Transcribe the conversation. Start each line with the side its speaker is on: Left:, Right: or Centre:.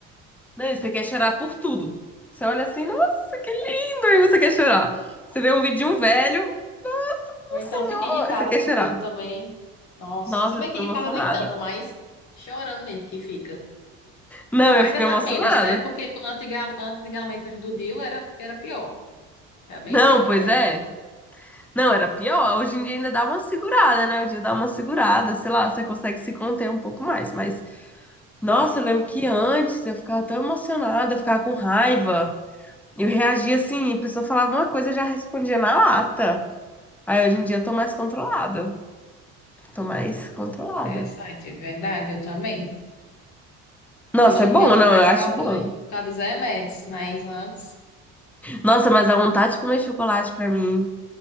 Centre: Não, e você quer chorar por tudo. Você olha assim, nossa, que lindo, e você quer chorar. Você vê um vídeo de um velho,
Left: Ou
Centre: meu
Left: então
Centre: senhor,
Left: fico irritada
Centre: e você quer
Left: com
Centre: chorar.
Left: tudo também. Nossa,
Centre: Nossa,
Left: se bem
Centre: eu fico
Left: que irritada
Centre: emocionada.
Left: nem tanto, mas chorando mesmo que fica.
Centre: Não,
Left: Mas
Centre: eu
Left: ainda
Centre: fico emocionada.
Left: tá menos, né? Porque antiga, antigamente, quando do DIU era, era pior. Era
Centre: Não,
Left: bem pior,
Centre: pois
Left: né?
Centre: é. Não, era pior. Hoje em dia ainda dá uma segurada, né? O dia dá uma segurada, sei lá, você consegue se conter um pouco mais. Mas, nossa, eu lembro que antes eu ficava tão emocionada, eu ficava com raiva. Eu reagia assim, a pessoa falava uma coisa, eu já respondia na lata. Aí hoje em dia eu tô mais controlada. Tô mais controlada.
Left: É, site, é verdade, eu também.
Centre: Nossa,
Left: Hoje
Centre: é
Left: em
Centre: bom,
Left: dia eu tô
Centre: não?
Left: mais
Centre: Eu acho
Left: calminha
Centre: bom.
Left: por causa dos remédios, mas antes,
Centre: Nossa, mas a vontade de comer chocolate pra mim